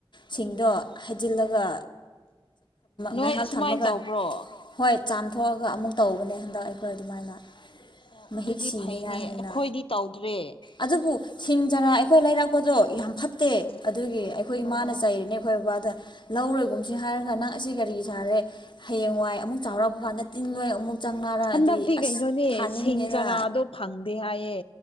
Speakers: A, on the left; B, on the left.
A: ꯁꯤꯡꯗꯣ ꯍꯩꯖꯤꯜꯂꯒ
B: ꯅꯣꯏ
A: ꯉꯥꯏꯍꯥꯛ
B: ꯑꯁꯨꯃꯥꯏꯅ
A: ꯊꯝꯃꯒ
B: ꯇꯧꯕ꯭ꯔꯣ
A: ꯍꯣꯏ ꯆꯥꯝꯊꯣꯛꯑꯒ ꯑꯃꯨꯛ ꯇꯧꯕꯅꯦ ꯍꯟꯗꯛ ꯑꯩꯈꯣꯏ ꯑꯗꯨꯃꯥꯏꯅ
B: ꯑꯣ
A: ꯃꯍꯤꯛ
B: ꯑꯗꯨꯗꯤ
A: ꯁꯤꯅꯤꯉꯥꯏ
B: ꯐꯩꯅꯦ
A: ꯍꯥꯏꯅ
B: ꯑꯩꯈꯣꯏꯗꯤ ꯇꯧꯗ꯭ꯔꯦ
A: ꯑꯗꯨꯕꯨ ꯁꯤꯡ ꯆꯔꯥ ꯑꯩꯈꯣꯏ ꯂꯩꯔꯛꯄꯗꯣ ꯌꯥꯝ ꯐꯠꯇꯦ
B: ꯑꯥ
A: ꯑꯗꯨꯒꯤ ꯑꯩꯈꯣꯏ
B: ꯑꯣ
A: ꯏꯃꯥꯅ ꯆꯩꯔꯤꯅꯦ ꯑꯩꯈꯣꯏ ꯕꯕꯥꯗ ꯂꯧꯔꯣꯏꯒꯨꯝꯁꯦ ꯍꯥꯏꯔꯒ ꯅꯪ ꯑꯁꯤꯁ ꯀꯔꯤ ꯁꯥꯔꯦ ꯍꯌꯦꯡꯋꯥꯏ ꯑꯃꯨꯛ ꯆꯥꯎꯔꯛꯑꯄ ꯀꯥꯟꯗ ꯇꯤꯟꯂꯣꯏ ꯑꯃꯨꯛ ꯆꯪꯅꯔꯛꯑꯗꯤ
B: ꯍꯟꯗꯛꯇꯤ
A: ꯑꯁ
B: ꯀꯩꯅꯣꯅꯦ
A: ꯊꯥꯅꯤꯡꯗꯦꯗ
B: ꯁꯤꯡ ꯆꯔꯥꯗꯣ ꯐꯪꯗꯦ ꯍꯥꯏꯌꯦ